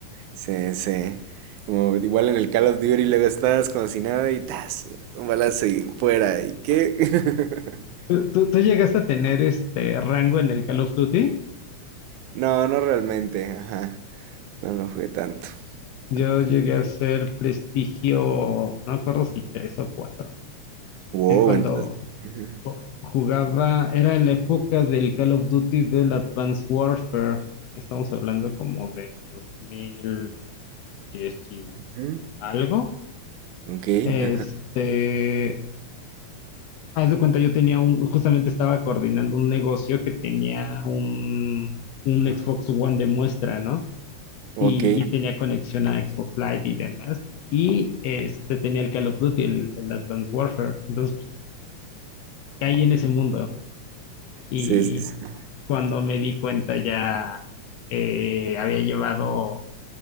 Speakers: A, on the right; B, on the left.
A: Sí, sí. Como igual en el Call of Duty luego estás como si nada y tas, un balazo y fuera, ¿y qué? <laughs>
B: ¿Tú, tú- tú llegaste a tener este rango en el Call of Duty?
A: No, no realmente, ajá. No, no jugué tanto,
B: Yo
A: tanto, tanto.
B: llegué a ser prestigio, no me acuerdo si tres o cuatro.
A: Wow,
B: Eh, Cuando
A: entonces. ajá,
B: jugaba, era en la época del Call of Duty del Advanced Warfare. Estamos hablando como de 2010 y
A: ujú,
B: algo.
A: Ok,
B: Este,
A: ajá,
B: haz de cuenta, yo tenía un, justamente estaba coordinando un negocio que tenía un, un
A: ajá,
B: Xbox One de muestra, ¿no?
A: ok.
B: y, y tenía conexión a Xbox Live y demás. Y este tenía el Call of Duty, el, el Advanced Warfare. Entonces caí en ese mundo. Y
A: Sí, sí,
B: cuando me di cuenta ya eh, había llevado